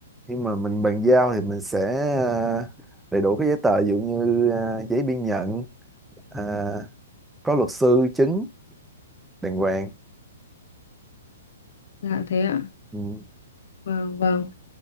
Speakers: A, in the centre; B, on the left.
A: khi mà mình bàn giao thì mình sẽ à, đầy đủ các giấy tờ ví dụ như à, giấy biên nhận à, có luật sư chứng đàng hoàng
B: Dạ thế ạ.
A: ừ.
B: Vâng vâng.